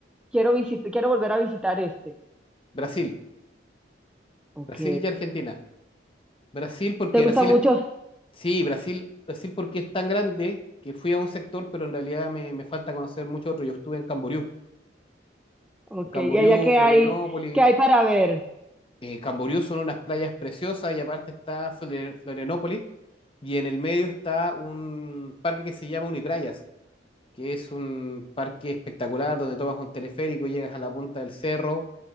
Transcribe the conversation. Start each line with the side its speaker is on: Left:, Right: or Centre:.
Centre: quiero visit quiero volver a visitar este?
Left: Brasil,
Centre: Ok,
Left: Brasil y Argentina. Brasil porque
Centre: ¿te gusta
Left: Brasil
Centre: mucho?
Left: es Sí, Brasil, Brasil porque es tan grande que fui a un sector, pero en realidad me, me falta conocer mucho otro. Yo estuve en Camboriú,
Centre: Ok,
Left: en Camboriú,
Centre: ¿y allá qué
Left: Florianópolis.
Centre: hay, qué hay para ver?
Left: Eh, Camboriú son unas playas preciosas y aparte está Flore- Florianópolis y en el medio está un parque que se llama Uniprayas, que es un parque espectacular donde tomas un teleférico, llegas a la punta del cerro,